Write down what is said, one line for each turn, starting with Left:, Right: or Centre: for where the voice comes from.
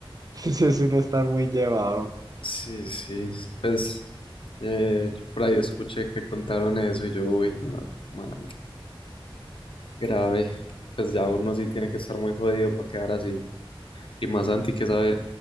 Right: <laughs> Entonces uno está muy llevado.
Left: Sí, sí, pues eh, yo por ahí escuché que contaron eso y yo, uy, no, mano, grave. Pues ya uno sí tiene que estar muy jodido para quedar así. Y más anti que esa vez,